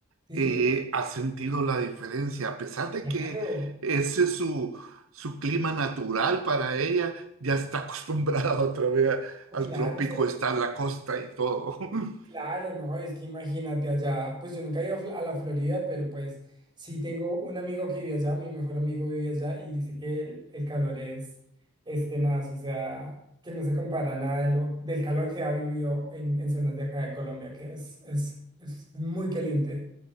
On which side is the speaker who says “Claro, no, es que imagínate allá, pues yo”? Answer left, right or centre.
Right